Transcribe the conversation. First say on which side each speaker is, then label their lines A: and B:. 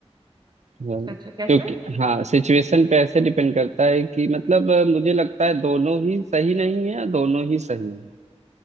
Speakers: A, on the right; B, on the right.
A: हाँ,
B: अच्छा अच्छा कैसे
A: क्योंकि हाँ सिचुएशन पे ऐसे डिपेंड करता है कि मतलब अ, मुझे लगता है दोनों ही सही नहीं है दोनों ही सही